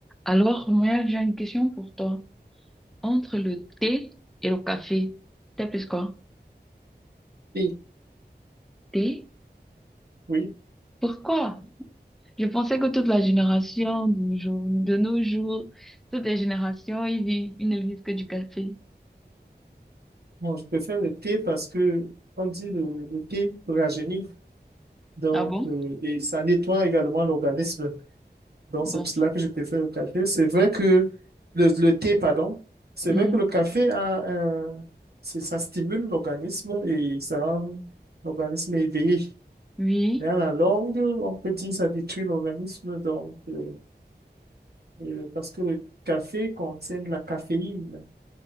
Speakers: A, in the centre; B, on the right (about 65°).
A: Alors, moi, j'ai une question pour toi. Entre le thé et le café, t'es plus quoi?
B: Oui,
A: Thé?
B: oui.
A: Pourquoi? Je pensais que toute la génération de nos jours, de nos jours, toutes les générations, ils vivent, ils ne vivent que du café.
B: Moi, je préfère le thé parce que on dit le, le thé rajeunit, donc
A: Ah bon?
B: euh, et ça nettoie également l'organisme. Donc
A: Bon.
B: c'est pour cela que je préfère le café. C'est vrai que le, le thé, pardon, c'est
A: Mhm.
B: vrai que le café a un- c'est- ça stimule l'organisme et ça rend l'organisme éveillé.
A: Oui?
B: Mais à la longue, on peut dire que ça détruit l'organisme donc euh, euh, parce que le café contient de la caféine.